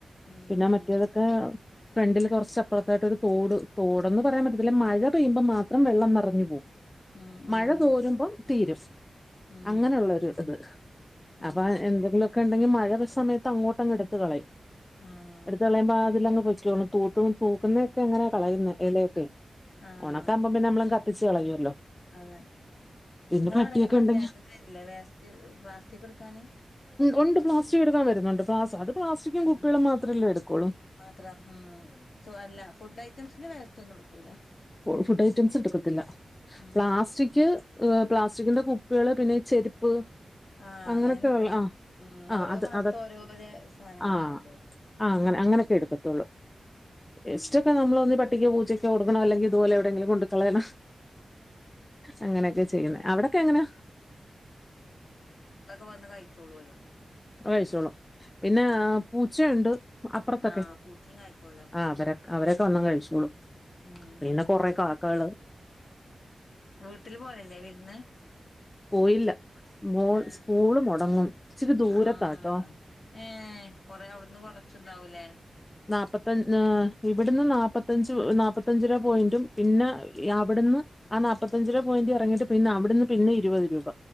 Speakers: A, on the left; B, on the left.
A: ഉം
B: പിന്നെ
A: ഉം
B: മറ്റേതൊക്കെ. ഫ്രണ്ടിൽ കുറച്ച് അപ്പുറത്തായിട്ടൊ ഒരു തോട് തോടന്ന് പറയാൻ പറ്റത്തില്ല മഴ പെയ്യുമ്പോ മാത്രം വെള്ളം നിറഞ്ഞു പോവും.
A: ഉം ഉം
B: മഴ തോരുമ്പം തീരും
A: ഉം
B: അങ്ങനെയുള്ളൊരു ഇത്
A: ഉം
B: അപ്പൊ എന്തെങ്കിലുമൊക്കെ ഉണ്ടെങ്കിൽ മഴ സമയത്ത് അങ്ങോട്ടങ്ങ് എടുത്ത് കളയും.
A: ആഹ്
B: എടുത്ത കളയുമ്പോ അതിലങ്ങ് പൊയ്ക്കോളും തൂക്കുന്ന തൂക്കുന്നതൊക്കെ എങ്ങനെയാ കളയുന്ന ഇലയൊക്കെ
A: ആഹ്
B: ഓണക്ക ആക്കുമ്പം പിന്നെ നമ്മള് കത്തിച്ച് കളയുവല്ലോ.
A: അതെ
B: പിന്നെ
A: നിങ്ങ
B: പട്ടിയൊക്കെ
A: അവിടെക്കെ പഞ്ചായത്തന്ന്
B: ഉണ്ടെങ്കി
A: വരില്ലേ വേസ്റ്റ് പ്ലാസ്റ്റിക് എടുക്കാന്
B: ഒണ്ട് പ്ലാസ്റ്റിക്ക് എടുക്കാൻ വരുന്നുണ്ട് പ്ലാ അത് പ്ലാസ്റ്റിക്കും
A: ആഹ്
B: കുപ്പികളും മാത്രമല്ലേ എടുക്കോള്ളൂ.
A: മാത്രം ഉം അല്ല ഫുഡ് ഐറ്റംസിന്റെ വേസ്റ്റൊന്നും എടുക്കൂല.
B: ഫുഡ് ഐറ്റംസ് എടുക്കത്തില്ല
A: ഉം
B: പ്ലാസ്റ്റിക് ക് പ്ലാസ്റ്റിക്കിന്റെ കുപ്പികള് പിന്നെ ചെരുപ്പ്
A: ആഹ്
B: അങ്ങനൊക്കെ
A: അങ്ങനെന്നെ
B: ഉള്ള
A: പടിയിം
B: ആഹ് ആഹ്
A: ഓരോ
B: അത്
A: മാസത്ത
B: അത്
A: ഓരോ വരെ സാധനങ്ങളാ
B: ആഹ്
A: കൊണ്ടുപോക.
B: ആഹ് അങ്ങനെ അങ്ങനെയൊക്കെ എടുത്തുട്ടുള്ളൂ. വേസ്റ്റൊക്കെ നമ്മള് ഒന്ന് പട്ടിക്ക് പൂച്ചൊക്കെ കൊടുക്കണം അല്ലെങ്കിൽ ഇതുപലെ എവിടെങ്കിലും കൊണ്ട് പോയി കളയണം. അങ്ങനെയൊക്കെ ചെയ്യുന്ന അവിടൊക്കെ എങ്ങനാ.
A: മക്കളൊക്കെ വന്ന് കഴിച്ചോളൂലും.
B: കഴിച്ചോളും പിന്നെ
A: ഞാൻ
B: പൂച്ചയുണ്ട് അപ്പുറത്തൊക്കെ
A: ആഹ് പൂച്ചിം കായ്ക്കോലോ
B: ആഹ് വരെ അവരൊക്കെ വന്ന് കഴിച്ചോളും
A: ഉം
B: പിന്നെ കൊറെ കാക്കകള്
A: ഉംവീട്ടില് പോകലില്ലേ വിരുന്ന്
B: പോയില്ല. മോൾ
A: അഹ്,
B: സ്കൂള് മുടങ്ങും ഇച്ചിരി ദൂരത്താട്ടോ
A: ആഹ്, ഏഹ് കൊറെഅവുട്ന്ന് കൊറെ ച്ച്ന്താവുലേ
B: ന്നാപ്പത്തഞ് ന്നാ ഇബട്ന്ന് ന്നാപ്പത്തഞ്ച് ന്നാല്പ്പത്തഞ്ചര പോയിന്റും പിന്നെ യവടെന്ന് ആഹ് ന്നാപ്പത്തഞ്ചര പോയിന്റ് ഇറങ്ങിട്ട് പിന്നെ അവിടെന്ന് പിന്നെ ഇരുപത് രൂപ.